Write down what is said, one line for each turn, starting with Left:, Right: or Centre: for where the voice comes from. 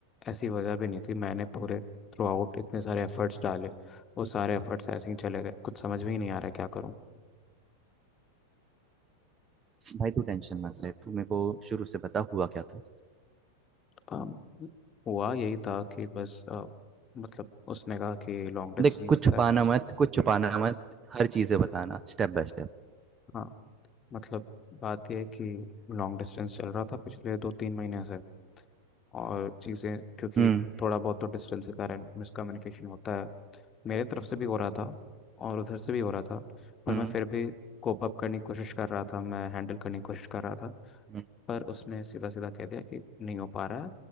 Left: ऐसी वजह भी नहीं थी मैंने पूरे थ्रू आउट इतने सारे एफर्ट्स डाले वो सारे एफर्ट्स ऐसे ही चले गए कुछ समझ में ही नहीं आ रहा है क्या करूँ
Right: भाई तू टेंशन मत ले तू मेरे को शुरू से बता हुआ क्या था
Left: अम, हुआ यही था कि बस अ, मतलब उसने कहा कि लॉन्ग डिस्टेंस
Right: देख कुछ छुपाना
Left: है
Right: मत कुछ छुपाना मत हर चीजें बताना स्टेप बाय स्टेप
Left: हाँ मतलब बात यह है कि लॉन्ग डिस्टेंस चल रहा था पिछले दो तीन महीने से और चीज़ें क्योंकि
Right: हम्म
Left: थोड़ा बहुत तो डिस्टेंस के कारण मिसकम्युनिकेशन होता है मेरे तरफ से भी हो रहा था और उधर से भी हो रहा था पर
Right: हम्म
Left: मैं फिर भी कोप अप करने की कोशिश कर रहा था मैं हैंडल करने की कोशिश कर रहा था
Right: हम्म,
Left: पर उसने सीधा सीधा कह दिया कि नहीं हो पा रहा